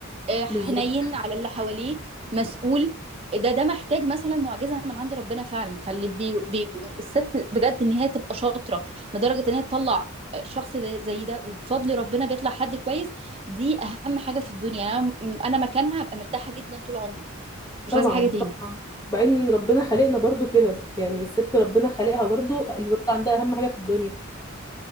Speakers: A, on the right (about 30°); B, on the left (about 15°).
A: آه،
B: بالظبط
A: حنين على اللي حواليه مسؤول ده ده محتاج مثلا معجزه من عند ربنا فعلا فاللي بي بي بي- الست بجد ان هي تبقى شاطره لدرجه ان هي تطلع آه، شخص ده- زي ده وبفضل ربنا بيطلع حد كويس دي اهم حاجه في الدنيا يعني انا انا مكانها هبقى مرتاحه جدا طول عمري مش
B: طبعا
A: عايزه حاجه تاني
B: طبعا وبعدين ربنا خلقنا برضو كده يعني الست ربنا خلقها برضو الولد عندها اهم حاجه في الدنيا